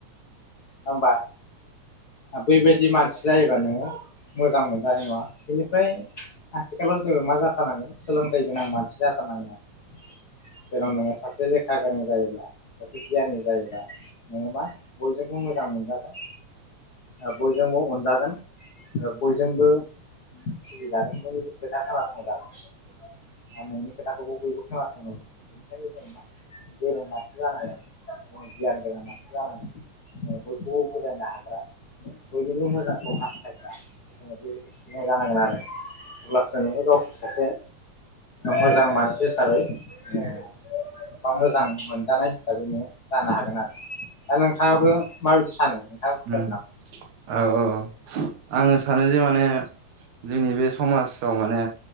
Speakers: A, on the left (about 70°); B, on the right (about 70°).
A: नङा ओमबा बै बायद जि मानसि जायोबा नोङो मोजां मोनजानाय नङा बेनिफ्राय आथिखालाव जोङो मा जाथारनांगोन? सोलोंथाइ गोनां मानसि जाथारनांगोन आरो जेन' नोङो सासे लेखा गोरों जायोब्ला सासे गियानि जायोब्ला नोङोबा बयजोंबो बुं मोजां मोनजागोन बयजोंबो अनजागोन बयजोंबो सिगि जागोन बा नोंनि खोथा खोनासं जागोन। आरो नोंनि खोथाखौबो बयबो खोनासंगोन बेनिखायनो जों मा? गोरों मानसि जानांगोन गियान गोरों मानसि जानांगोन। ओ बयखौबो बुजायनो हाग्रा। बयनिबो मोजांखौ हास्थायग्रा जोङो बेबायदि सुबुं जानांगोन आरो अब्लासो नोङो गावखौ सासे मोजां मानसि हिसाबै ओ बा मोजां मोनजानाय हिसाबै नोङो जानो हागोन आरो दा नों थाङाबो माबायदि सानो नोंथाङा बुंगोन
B: उम
A: नामा?
B: औ औ आङो सानो जे माने। जोंनि बे समाजाव माने